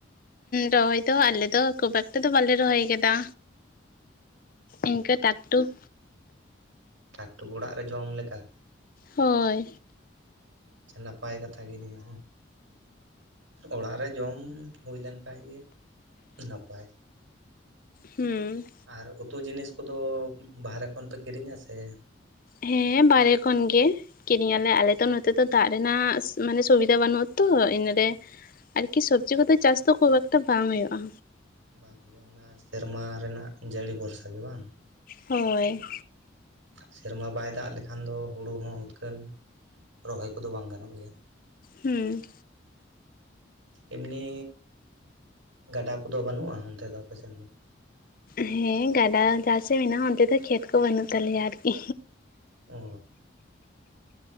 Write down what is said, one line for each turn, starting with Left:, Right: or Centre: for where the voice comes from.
Left: ᱨᱚᱦᱚᱭ ᱫᱚ ᱟᱞᱮ ᱫᱚ ᱠᱷᱩᱵ ᱮᱠᱴᱟᱞ ᱫᱚ ᱵᱟᱞᱮ ᱨᱚᱦᱚᱭ ᱠᱟᱫᱟ ᱤᱱᱠᱟᱹ ᱴᱟᱠ ᱴᱩᱠ
Right: ᱴᱟᱠ ᱴᱩᱠ ᱚᱲᱟᱜ ᱨᱮ ᱡᱚᱢ ᱞᱮᱠᱟ
Left: ᱦᱳᱭ
Right: ᱟᱪᱪᱷᱟ ᱱᱟᱯᱟᱭ ᱠᱟᱛᱷᱟ ᱜᱮ ᱱᱤᱭᱟᱹ ᱦᱚᱸ ᱚᱲᱟᱜ ᱨᱮ ᱡᱚᱢ ᱦᱩᱭᱞᱮᱱ ᱠᱷᱟᱡ ᱜᱮ ᱱᱟᱯᱟᱭ
Left: ᱦᱩᱸ
Right: ᱟᱨ ᱩᱛᱩ ᱡᱤᱱᱤᱥ ᱠᱚᱫᱚ ᱵᱟᱦᱨᱮ ᱠᱷᱚᱱ ᱯᱮ ᱠᱤᱨᱤᱧᱟ ᱥᱮ
Left: ᱦᱮᱸ ᱵᱟᱨᱦᱮ ᱠᱷᱚᱱ ᱜᱮ ᱠᱤᱨᱤᱧ ᱟᱞᱮ ᱟᱞᱮ ᱛᱚ ᱱᱚᱛᱮ ᱫᱚ ᱫᱟᱜ ᱨᱮᱱᱟᱜ ᱢᱟᱱᱮ ᱥᱩᱵᱤᱫᱷᱟ ᱵᱟᱹᱱᱩᱜ ᱟᱛᱚ ᱤᱱᱟᱨᱮ ᱟᱨᱠᱤ ᱥᱚᱵᱽᱡᱤ ᱠᱚᱫᱚ ᱪᱟᱥ ᱫᱚ ᱠᱷᱩᱵ ᱮᱠᱴᱟ ᱵᱟᱝ ᱦᱩᱭᱩᱜᱼᱟ
Right: ᱵᱟᱝ ᱦᱩᱭᱩᱜᱼᱟ ᱚᱱᱟ ᱥᱮᱨᱢᱟ ᱨᱮᱱᱟᱜ ᱡᱟᱹᱲᱤ ᱵᱷᱚᱨᱥᱟ ᱜᱮ ᱵᱟᱝ
Left: ᱦᱳᱭ
Right: ᱥᱮᱨᱢᱟ ᱵᱟᱭ ᱫᱟᱜ ᱞᱮᱠᱷᱟᱱ ᱫᱚ ᱦᱩᱲᱩ ᱦᱚᱸ ᱦᱩᱛᱠᱟᱹᱱ ᱨᱚᱦᱚᱭ ᱠᱚᱫᱚ ᱵᱟᱝ ᱜᱟᱱᱚᱜ ᱜᱮᱭᱟ
Left: ᱦᱩᱸ
Right: ᱮᱢᱱᱤ ᱜᱟᱰᱟ ᱠᱚᱫᱚ ᱵᱟᱹᱱᱩᱜᱼᱟ ᱚᱱᱛᱮ ᱫᱚ ᱟᱯᱮᱥᱮᱱ ᱫᱚ
Left: ᱦᱮᱸ ᱜᱟᱰᱟ ᱡᱟᱷᱟᱥᱮᱡ ᱢᱮᱱᱟᱜᱼᱟ ᱚᱱᱛᱮ ᱫᱚ ᱠᱷᱮᱛ ᱠᱚ ᱵᱟᱹᱱᱩᱜ ᱛᱟᱞᱮᱭᱟ ᱟᱨᱠᱤ
Right: ᱚᱼ